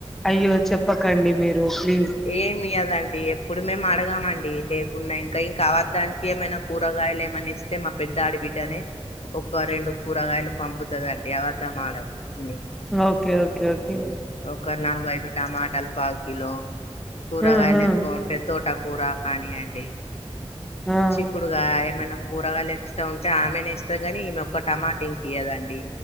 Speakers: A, in the centre; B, on the left.
A: అయ్యో చెప్పకండి మీరు ప్లీజ్
B: ఏమి ఇయ్యదండి ఎప్పుడు మేము అడగామండి లే ఉన్నాయి ఇంకా ఇంకా అవర్ధాకీయమైన కూరగాయలు ఏమనా ఇస్తే మా పెద్ద ఆడిబిడ్డనే ఒక్క రెండు కూరగాయలు పంపుతుందండి అవద్ద మాలద్దు తిని
A: ఓకే ఓకే ఓకే
B: ఒక నాలుగు ఐదు టమాటాలు పావు కిలో కూరగాయలు
A: ఉమ్ ఉమ్
B: ఎక్కువఉంటది. తోటకూర కానియంండి
A: ఆ
B: చిక్కుడు ఇప్పుడుగా ఏమైనా కూరగాయా లు ఎత్తు తా ఉంటే ఆమెనే ఇస్తాది కాని ఈమె ఒొక్క టమాటో ఎసి ఇయదండి